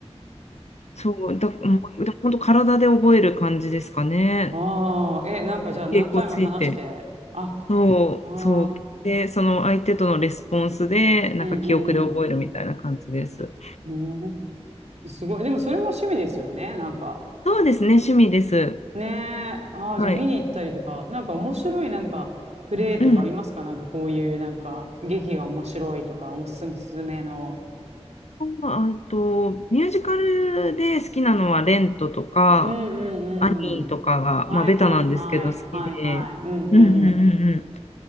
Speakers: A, on the left; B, on the right.
A: そう、だ、うんでも本当体で覚える感じですかね。
B: ああ、え、なんかじゃあ何回も話して、
A: 結構ついて。
B: あ、
A: そう、
B: ああ
A: そう。で、その相手とのレスポンスで、なんか記憶で覚えるみたいな感じです。
B: ー、うんうん。うん、すごい。でもそれも趣味ですよね、なんか。
A: そうですね、趣味です。
B: ねえ。ああ、
A: はい。
B: じゃあ見に行ったりとか、なんか面白いなんかプレイとかありますかなんかこういうなんか劇が面白いとか、
A: うん。
B: おすすめの。
A: あと、ミュージカルで好きなのは、レントとか、
B: うんうんうん。
A: アニーとかが、
B: はいはいはい。
A: まあ、ベタなんですけど、好きで。
B: はいはい。うんうん。
A: うんうんうんう